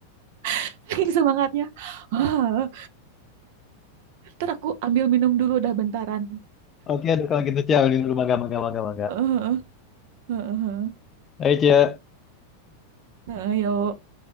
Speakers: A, on the right (about 50°); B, on the left (about 25°).
A: <laughs> saking semangatnya Ah, heeh. ntar aku ambil minum dulu dah bentaran
B: Oke, aduh, kalau gitu Cia, ini dulu mangga mangga mangga mangga.
A: Heeh, heeh, heeh,
B: Ayo Cia.
A: heeh, yuk